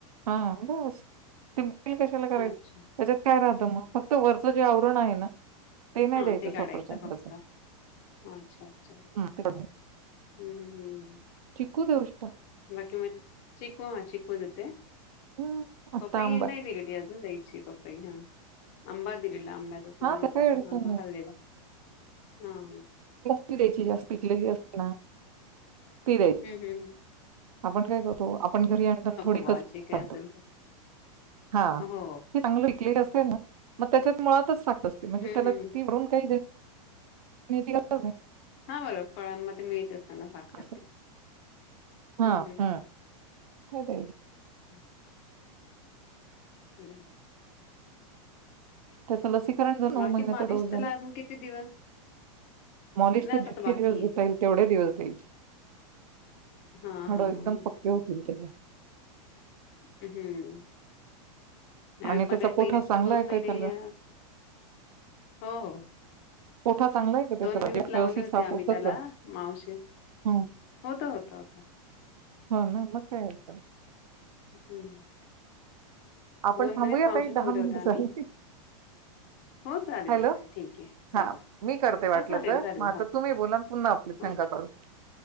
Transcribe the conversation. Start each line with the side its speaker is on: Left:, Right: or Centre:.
Right: हा बस! कशाला करायच
Left: अच्छा
Right: त्याच्यात काय राह मग फक्त वरचं जे आवरण आहे ना नाही
Left: हा
Right: द्यायचं
Left: ते काढायचं
Right: सफरचंदाचं.
Left: फक्त अच्छा अच्छा हम्म
Right: हं. ते कमी.
Left: हम् हम्म.
Right: चिकू देउ शकता.
Left: बाकी मग चिकू हा चिकु देते!
Right: हं, आत्ता
Left: पपय
Right: आंबा आहे.
Left: नाय दिलेली अूजून दयची पप हा अंबा दि ला आंब्याचा सिझन
Right: हां, त्यात
Left: होताता
Right: काही अडचण
Left: आंबा
Right: नाही.
Left: खाल्लेला. हा.
Right: ती द्यायची जास्त पिकलेली असते ना. ती द्यायची.
Left: हम्म हम् हम्.
Right: आपण काय करू तो आपण घरी आण थोडी
Left: बुवा
Right: कच्चा
Left: जे काही असेल ते.
Right: हा
Left: हो.
Right: चांगलं पिकलेला असेल ना मग त्याच्यात मुळातच म्हणजे
Left: हं,
Right: त्याला
Left: हं,
Right: ती
Left: हं.
Right: तीवरून काय मी तिला <inaudible>
Left: हा बरं फळांमध्ये मिळतच असतना साखर
Right: असं.
Left: ते
Right: हां,
Left: हम्म हम्म
Right: हं.
Left: हम्.
Right: <inaudible>
Left: <inaudible> <inaudible>
Right: त्याचं लसीकरण जो
Left: बाकी
Right: नऊ महिन्याचा
Left: मालिश
Right: डोस झाला?
Left: त्याला अजून किती दिवस?
Right: मॉलिश
Left: नाही
Right: तर
Left: आता
Right: जितके
Left: बाकी
Right: दिवस देता
Left: आहे.
Right: येईल, तेवढे दिवस द्यायची.
Left: हां,
Right: हाडो
Left: हां,
Right: एकदम
Left: हां,
Right: पक्के होतील त्याचे.
Left: हम्म. नाही
Right: आणि
Left: पले
Right: त्याचा कोठा
Left: पहिले फक्त
Right: चांगला
Left: दोन
Right: आहे
Left: महिने,
Right: का त्याला?
Left: हो हो.
Right: कोटा चांगला आहे का त्याचा
Left: महिनेच
Right: पोट
Left: लावली
Right: व्यवस्थित
Left: होती
Right: साफ
Left: आम्ही
Right: होतंय
Left: त्याला
Right: का?
Left: मावशी
Right: ह
Left: होतं, होतं, होतं.
Right: ह ना मग काय तं.
Left: हम्म.
Right: आपण
Left: दोन
Right: थांबूया
Left: महिने मावशी
Right: ताई
Left: ठेवले
Right: मिनिटं
Left: होत्या आम्ही.
Right: झाली.
Left: हो चालेल
Right: हॅलो?
Left: चालेल ठीक आहे, चला.
Right: हां. मी करते वाटलं
Left: हो चालेल
Right: तर.
Left: चालेल
Right: मग आता
Left: हो.
Right: तुम्ही बोला आणि पुन्हा आपली
Left: हो
Right: शंका काढू.